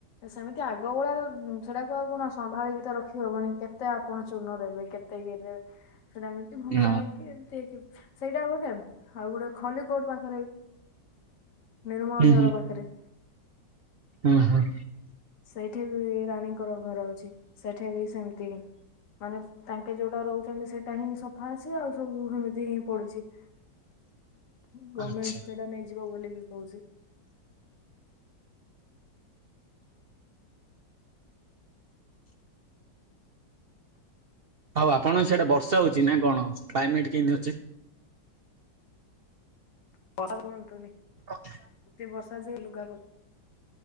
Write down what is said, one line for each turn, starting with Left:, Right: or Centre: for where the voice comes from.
Left: ସେମିତି ଆଗ ଭଳିଆ ସେଟାକୁ ଆଉ କଣ ସମ୍ଭାଳିକି ତ ରଖି ହବନି କେତେ ଆପଣ ଚୂର୍ନ ଦେବେ କେତେ। ଇ ସେଇଟା ଏମତି ଭଙ୍ଗା
Right: ହୁଁ
Left: ହେଇକି। ସେଇଟା ଗୋଟେ ଆଉ ଗୋଟେ ଖଲି କୋର୍ଟ ପାଖରେ। ନିର୍ମଳ
Right: ହୁଁ
Left: ଝର ପାଖରେ।
Right: ହୁଁ ହୁଁ।
Left: ସେଇଠି ବି ରାଣୀଙ୍କର ଘର ଅଛି ସେଠେ ବି ସେମିତି। ମାନେ ତାଙ୍କେ ଯୋଉଟା ରହୁଛନ୍ତି ସେଇଟା ହିଁ ସଫା ଅଛି ଆଉ ସବୁ ଏମିତି ହିଁ ପଡିଛି। ଗମେଣ୍ଟ
Right: ଆଚ୍ଛା
Left: ସେଟା ନେଇଯିବ ବୋଲିକି କହୁଛି।
Right: ଆଉ ଆପଣଙ୍କ ସିଆଡେ ବର୍ଷା ହଉଛି ନା କଣ କ୍ଲାଇମେଟ୍ କେମିତି ଅଛି?
Left: <unintelligible>
Right: ହଁ।
Left: ଏତେ ବର୍ଷା ଯେ ଲୁଗା